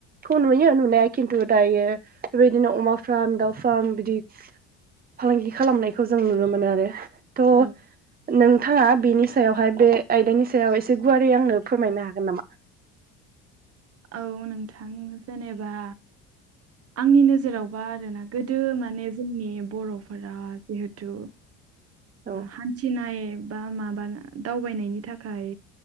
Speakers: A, on the right; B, on the right.
A: थ नुयो नुनाया खिन्थु दायो बेबायदिनो अमा फार्म दाउ फार्म बिदि फालांगि खालामनायखौ जों नुनो मोनो आरो थ'
B: औ
A: नोंथाङा बेनि सायावहाय बे आयदानि सायाव एसे गुवारै आंनो फोरमायनो हागोन नामा
B: औ नोंथां जेनेबा आंनि नोजोरावबा आरोना गोदो माने जोंनि बर'फोरा जिहेथु
A: औ
B: हान्थिनाय बा माबा दावबायनायनि थाखाय